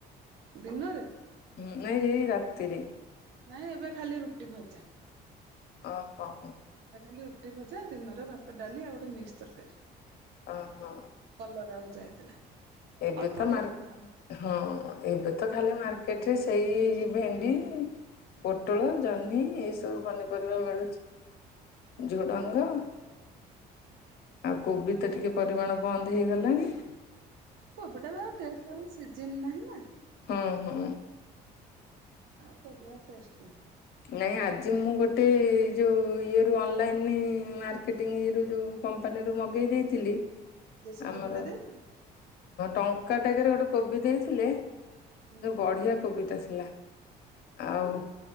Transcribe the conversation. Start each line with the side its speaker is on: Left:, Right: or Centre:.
Right: ଦିନରେ?
Left: ହୁଁ ନାଇ ଏଇ ରାତିରେ।
Right: ନାଇଁ ଏବେ ଖାଲି ରୁଟି ଭଜା।
Left: ଓହୋ ହଁ।
Right: ଏବେ ଖାଲି ରୁଟି ଭଜା ଦିନରେ ଭାତ ଡାଲି ଆଉ ଗୋଟେ ମିକ୍ସ ତରକାରୀ।
Left: ଓହଃ।
Right: କଲରା ଭଜା ହେଇଥିଲା।
Left: ଏବେ
Right: ଅଳ୍ପ
Left: ତ
Right: ଟିକେ
Left: ମାର୍
Right: କଲରା ଭଜା
Left: ହଁ ଏବେ ତ ଖାଲି ମାର୍କେଟରେ ସେଇ ଭେଣ୍ଡି ପୋଟଳ ଜହ୍ନି ଏଇ ସବୁ ପନିପରିବା ମିଳୁଚି। ଝୁଡ଼ଙ୍ଗ। ଆଉ କୋବି ତ ଟିକେ ପରିମାଣ ବନ୍ଦ ହେଇଗଲାଣି।
Right: କୋବଟା ବି ଆଉ ଟେଷ୍ଟ ଲାଗୁନି ସିଜିନ୍ ନାହିଁ ନା?
Left: ହୁଁ ହୁଁ।
Right: ଆଉ କୋବିର ଟେଷ୍ଟ ନାହିଁ।
Left: ନାଇଁ ଆଜି ମୁଁ ଗୋଟେ ଯୋଉ ଇଏରୁ ଅନଲାଇନ ମାର୍କେଟିଂ ଇଏରୁ ଯଉ କମ୍ପାନୀରୁ ମଗେଇ ଦେଇଥିଲି
Right: ଦେଶୀ
Left: ଆମର
Right: କୋବି ଟା ଦେଇଥିଲେ
Left: ଟଙ୍କା ଟାକେରେ ଗୋଟେ କୋବି ଦେଇଥିଲେ।
Right: ହୁଁ
Left: ବଢିଆ କୋବି ଟା ଥିଲା। ଆଉ